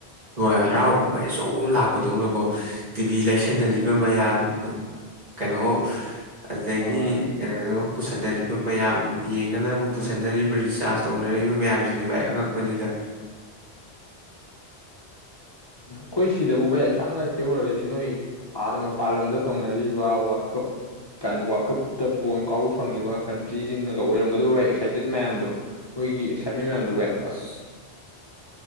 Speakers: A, on the right; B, on the left.
A: ꯍꯣꯏ ꯍꯔꯥꯎ ꯀꯨꯝꯍꯩ ꯑꯆꯧꯕ ꯑꯃ ꯂꯥꯛꯄꯗꯧꯅꯀꯣ ꯇꯤꯚꯤ ꯂꯩꯁꯟꯅꯔꯤ ꯑꯗꯨ ꯃꯌꯥꯝ
B: ꯎꯝ
A: ꯀꯩꯅꯣ ꯑꯗꯨꯗꯒꯤ
B: ꯍꯣꯏ
A: ꯀꯩꯅꯣ ꯄꯨꯁꯟꯅꯔꯤꯕ ꯃꯌꯥꯝ ꯌꯦꯡꯅꯅꯕ ꯄꯨꯁꯤꯟꯅꯔꯤꯕ ꯔꯤꯆꯥꯔꯖ ꯇꯧꯅꯔꯤꯕ ꯃꯌꯥꯝꯁꯤꯗꯤ ꯚꯥꯏ ꯑꯉꯛꯄꯅꯤꯗ
B: ꯑꯩꯈꯣꯏ ꯁꯤꯗꯕꯨ ꯚꯥꯏꯁꯥꯝ ꯏꯐꯦ ꯑꯣꯏꯔꯒꯗꯤ ꯃꯣꯏ ꯑꯥꯗ ꯃꯄꯥꯟ ꯂꯝꯗ ꯇꯧꯅꯔꯤꯕ ꯋꯥꯔꯜ ꯀꯞ ꯀ ꯋꯥꯔꯜ ꯀꯞꯇ ꯕꯣꯣꯟ ꯀꯥꯎꯕ ꯐꯪꯉꯤꯕ ꯀꯟꯇ꯭ꯔꯤꯁꯤꯡꯅꯒ ꯑꯣꯏꯔꯝꯒꯗꯕ ꯚꯥꯏ ꯑꯦꯛꯁꯥꯏꯇꯦꯟ ꯃꯌꯥꯝꯗꯣ ꯃꯣꯏꯒꯤ ꯑꯦꯛꯁꯥꯏꯠꯃꯦꯟ ꯃꯌꯥꯝꯗꯣ ꯚꯥꯏ ꯑꯁ